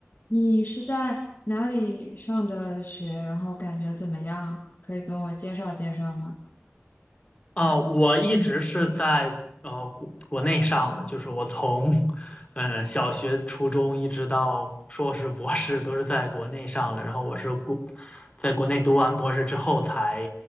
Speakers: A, on the left; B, on the left.
A: 你是在哪里上的学？然后感觉怎么样？可以跟我介绍介绍吗？
B: 啊，我一直是在呃国国内上的，就是我从嗯小学、初中一直到硕士、博士都是在国内上的。然后我是国在国内读完博士之后才